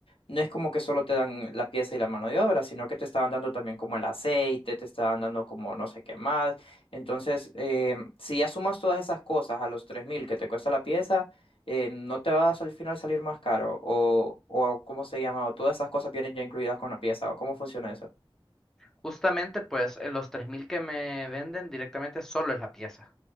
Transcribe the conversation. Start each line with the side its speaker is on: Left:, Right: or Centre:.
Left: no es como que solo te dan la pieza y la mano de obra, sino que te estaban dando también como el aceite, te estaban dando como no sé qué más. Entonces, eh, si ya sumas todas esas cosas a los 3.000 que te cuesta la pieza, eh, no te vas al final salir más caro o, o ¿cómo se llama? O todas esas cosas vienen ya incluidas con la pieza o cómo funciona eso.
Centre: Justamente, pues eh, los 3.000 que me venden directamente solo es la pieza,